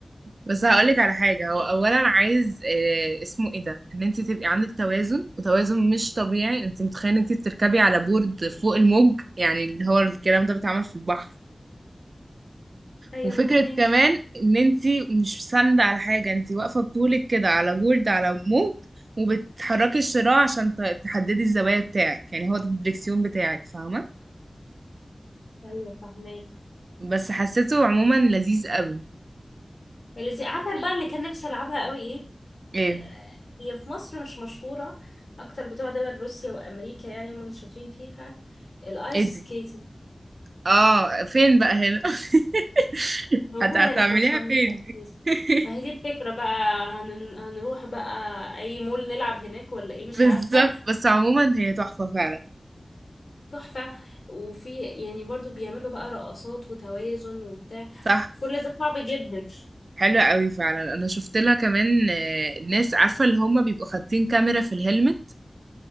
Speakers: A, on the right (about 65°); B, on the left (about 80°).
A: بس هقولك على حاجة هو أولا عايز آه، اسمه ايه ده ان انت تبقي عندك توازن وتوازن مش طبيعي انت متخيلة انت بتركبي على بورد فوق الموج يعني اللي هو الكلام ده بيتعمل في البحر
B: ايوه
A: وفكرة
B: فاهمك
A: كمان ان انت مش ساندة على حاجة انت واقفة بطولك كده على بورد على موج وبتحركي الشراع عشان ت- تحددي الزوايا بتاعك يعني هو ده الدريكسيون بتاعك فاهمة
B: ايوه فهماك
A: بس حسيته عموما لذيذ قوي
B: اللي زي- عارفه بقى اللي كان نفسي العبها قوي ايه
A: ايه
B: آه، هي في مصر مش مشهوره اكتر بتوع دول روسيا وامريكا يعني هم اللي شاطرين فيها الايس
A: ايه دي
B: سكيتنج
A: اه فين بقى هنا <laughs>
B: مش موجوده
A: هت- هتعمليها
B: هنا احنا مش عندنا
A: فين دي
B: اساسا
A: <laughs>
B: ما هي دي الفكره بقى هن... هنروح بقى اي مول نلعب هناك ولا ايه مش
A: بالظبط
B: عارفه
A: بس عموما هي تحفة فعلا
B: تحفه وفي يعني برضو بيعملوا بقى رقصات وتوازن وبتاع
A: صح
B: كل ده صعب جدا
A: حلوة قوي فعلا انا شفت لها كمان آه، ناس عارفة اللي هما بيبقوا حاطين كاميرا في الهلمت